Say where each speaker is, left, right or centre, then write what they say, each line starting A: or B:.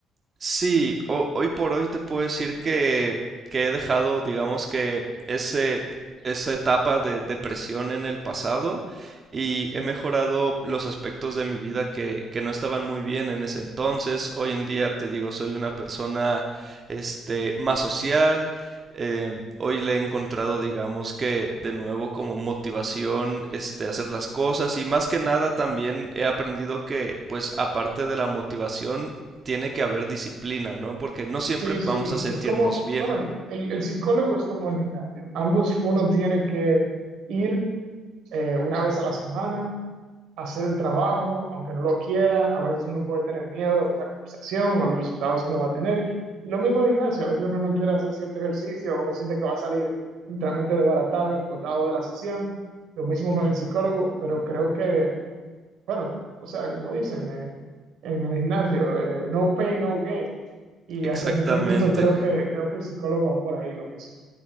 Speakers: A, on the right (about 35°); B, on the right (about 80°).
A: Sí, ho- hoy por hoy te puedo decir que, que he dejado, digamos que ese, esa etapa de depresión en el pasado y he mejorado los aspectos de mi vida que, que no estaban muy bien en ese entonces. Hoy en día te digo, soy una persona este, más social. eh, hoy le he encontrado, digamos que de nuevo como motivación este, hacer las cosas y más que nada también he aprendido que pues aparte de la motivación tiene que haber disciplina, ¿no? Porque no siempre
B: Sí, sí,
A: vamos a sentirnos
B: es como,
A: bien.
B: bueno, el, el psicólogo es como el gimnasio. Ambos uno tiene que ir eh, una vez a la semana, hacer el trabajo, aunque no lo quiera. A veces uno puede tener miedo de esa conversación o los resultados que uno va a tener. Y lo mismo el gimnasio, a veces uno no quiere hacer cierto ejercicio, uno siente que va a salir literalmente desbaratado, explotado de la sesión. Lo mismo con el psicólogo, pero creo que bueno, o sea, como dicen eh, en el gimnasio, eh, no pain, no gain. Y
A: Exactamente.
B: hasta cierto punto creo que, creo que el psicólogo va por ahí lo mismo.